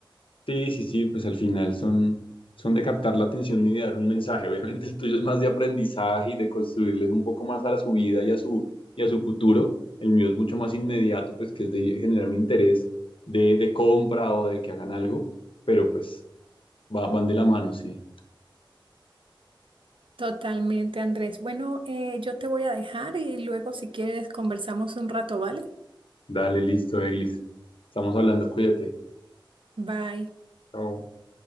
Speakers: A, on the left; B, on the right.
A: Sí, sí, sí, pues al final son, son de captar la atención y de dar un mensaje. Obviamente el tuyo es más de aprendizaje y de construirles un poco más a la su vida y a su, y a su futuro. El mío es mucho más inmediato, pues que es de generar un interés de, de compra o de que hagan algo, pero pues va- van de la mano, sí.
B: Totalmente, Andrés. Bueno, eh, yo te voy a dejar y luego si quieres conversamos un rato, ¿vale?
A: Dale, listo, Eglis. Estamos hablando, cuídate.
B: Bye.
A: Chao.